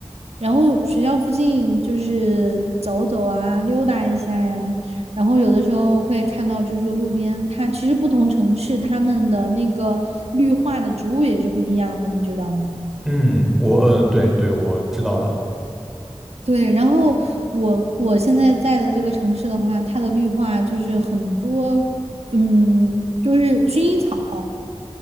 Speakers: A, on the right; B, in the centre.
A: 然后学校附近就是走走啊，溜达一下呀，然后有的时候会看到就是路边，它其实不同城市它们的那个绿化的植物也是不一样的，你知道吗？
B: 嗯，我嗯、呃对对，我知道的，
A: 对，然后我我现在在的这个城市的话，它的绿化就是很多，嗯，就是薰衣草，